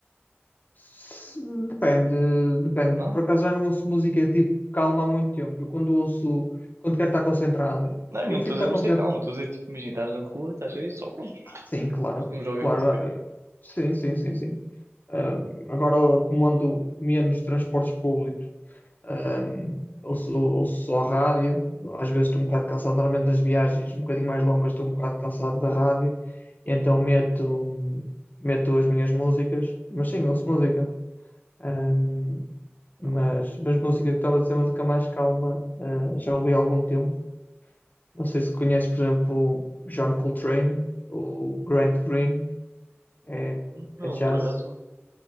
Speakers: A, on the left (about 40°); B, on the right (about 80°).
A: Se- Depende, depende.
B: Não?
A: Por acaso já não ouço música tipo calma há muito tempo. Eu quando ouço, quando quero estar concentrado,
B: Não, eu
A: eu
B: não
A: prefiro
B: estou a
A: estar
B: dizer música,
A: concentrado.
B: calma. Estou a dizer, tipo, imagina, estás na rua, estás aí, só pronto.
A: Sim, claro,
B: Costumas ouvir
A: claro.
B: música.
A: eh, Sim, sim, sim, sim. Ahm, agora como ando menos transportes públicos, ahm, ouço, ouço só rádio. Às vezes estou um bocado cansado, normalmente nas viagens um bocadinho mais longas, estou um bocado cansado da rádio, e então meto, meto as minhas músicas, mas sim, ouço música. Ahm, Mas,
B: Ah, ok.
A: mas música que estava a dizer, música mais calma, ah, já ouvi há algum tempo. Não sei se conheces, por exemplo, John Coltrane ou Grant Green, é,
B: Não,
A: é jazz,
B: por acaso não.